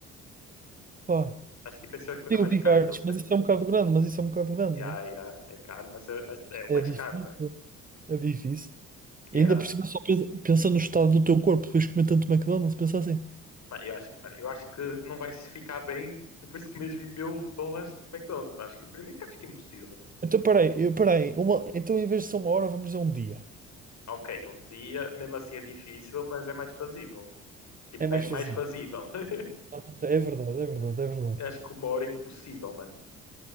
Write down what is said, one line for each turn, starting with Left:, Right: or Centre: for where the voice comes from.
Right: Pá,
Left: Acho que, tipo, essa é a coisa
Right: tem
Left: mais
Right: o Big
Left: cara
Right: Arts,
Left: que eles têm.
Right: mas isso é um bocado grande, mas isso é um bocado grande,
Left: Yeah,
Right: né?
Left: yeah, é caro, mas é, é o
Right: É
Left: mais
Right: difícil,
Left: caro, né?
Right: é difícil.
Left: Yeah.
Right: E ainda por cima só pensa, pensa no estado do teu corpo depois de comer tanto McDonald's, pensa assim.
Left: Mano, eu acho, mano, eu acho que não vai se ficar bem depois de comeres mil dólares de McDonald's. Mas acho que primeiro que acho que é impossível.
Right: Então, peraí, eu- peraí, uma, então em vez de ser uma hora, vamos dizer um dia.
Left: Ok, é um dia, mesmo assim é difícil, mas é mais fazível. Tipo,
Right: É
Left: bem
Right: mais fácil.
Left: mais fazível. <laughs>
Right: Realmente, É verdade, é verdade, é verdade.
Left: Eu acho que uma hora é impossível, mano.